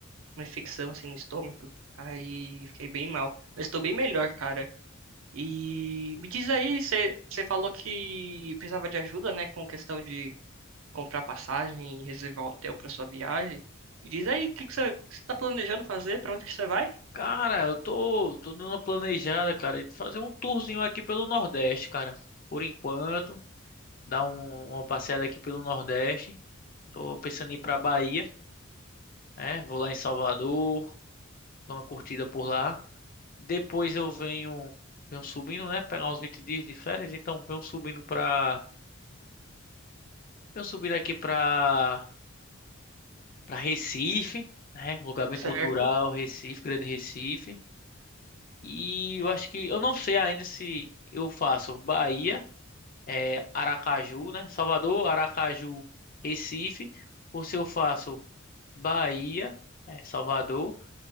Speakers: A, on the right (about 80°); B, on the left (about 45°).
A: uma infecção assim no estômago. Aí fiquei bem mal. Mas tô bem melhor, cara. E me diz aí, você você falou que precisava de ajuda, né, com questão de comprar passagem e reservar hotel pra sua viagem. Me diz aí, o que que você o que você tá planejando fazer? Pra onde que você vai?
B: Cara, eu tô, tô dando uma planejada, cara, de fazer um tourzinho aqui pelo Nordeste, cara. Por enquanto, dar um- uma passeada aqui pelo Nordeste. Tô pensando em ir pra Bahia, né? Vou lá em Salvador. Dou uma curtida por lá. Depois eu venho, venho subindo, né? Pegar uns 20 dias de férias, então venho subindo pra. Venho subindo aqui pra, pra Recife, né? Um lugar bem cultural,
A: Certo.
B: Recife, Grande Recife. E eu acho que. Eu não sei ainda se eu faço Bahia, é, Aracaju, né? Salvador, Aracaju, Recife. Ou se eu faço Bahia, é, Salvador,